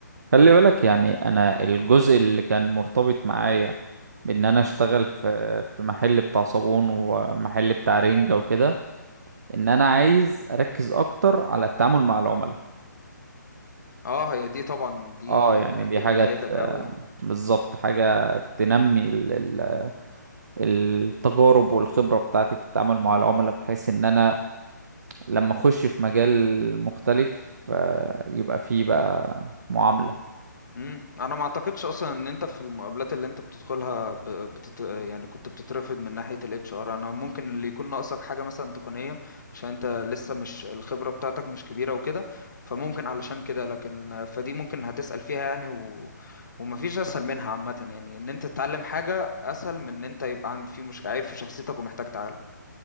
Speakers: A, on the right (about 60°); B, on the left (about 70°).
A: خلي بالك يعني انا الجزء اللي كان مرتبط معايا بان انا اشتغل في في محل بتاع صابون ومحل بتاع رنجة وكده ان انا عايز اركز اكتر على التعامل مع العملاء
B: اه هي دي طبعا دي
A: اه يعني
B: اكيد
A: دي حاجة
B: نفعتك
A: ت-
B: قوي يعني
A: بالظبط حاجة تنمي ال- ال- التجارب والخبرة بتاعتي في التعامل مع العملاء بحيث ان انا لما اخش في مجال مختلف آه، يبقى فيه بقى معاملة
B: امم انا ما اعتقدش اصلا ان انت في المقابلات اللي انت بتدخلها ب... بتت... يعني كنت بتترفض من ناحية الاتش ار انا ممكن اللي يكون ناقصك حاجة مثلا تقنية عشان انت لسه مش الخبرة بتاعتك مش كبيرة وكده فممكن علشان كده لكن فدي ممكن هتسأل فيها يعني و... ومفيش اسهل منها عامة يعني ان انت تتعلم حاجة اسهل من ان انت يبقى عند في مش عيب في شخصيتك ومحتاج تعالجه